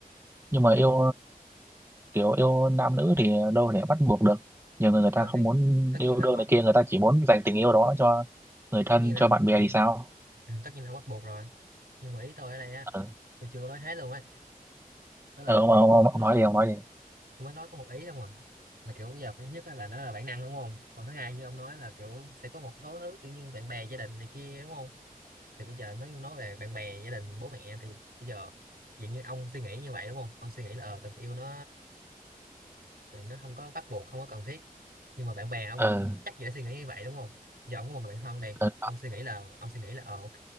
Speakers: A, on the right (about 15°); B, on the right (about 80°).
A: nhưng mà yêu kiểu yêu nam nữ thì đâu thể bắt buộc được nhiều người người
B: ờ,
A: ta không
B: thì
A: muốn
B: tất
A: yêu
B: nhiên là
A: đương
B: không có
A: này
B: không
A: kia người ta chỉ muốn dành tình yêu đó cho người thân
B: tất nhiên là
A: cho bạn bè thì sao
B: ừ, tất nhiên là không bắt buộc rồi nhưng mà ý tôi ở đây á
A: ờ
B: tôi chưa có nói hết luôn ấy tức là
A: ờ, ông,
B: tình
A: ông,
B: yêu
A: ông, ông
B: nó
A: nói
B: là
A: đi
B: phải
A: ông nói đi
B: tôi mới nói có một ý không à là kiểu bây giờ cái nhất á là nó là bản năng đúng không còn thứ hai như ông nói là kiểu sẽ có một số thứ kiểu như bạn bè gia đình này kia đúng không thì bây giờ nếu như nói về bạn bè gia đình bố mẹ thì bây giờ dạng như ông suy nghĩ như vậy đúng không ông suy nghĩ là ờ, tình yêu nó rồi nó không có bắt buộc không có cần thiết nhưng mà bạn bè ông
A: ờ
B: chắc dễ suy nghĩ như vậy đúng không giờ ông có một người bạn thân này
A: ờ
B: ông suy nghĩ là ông suy nghĩ là ờ ok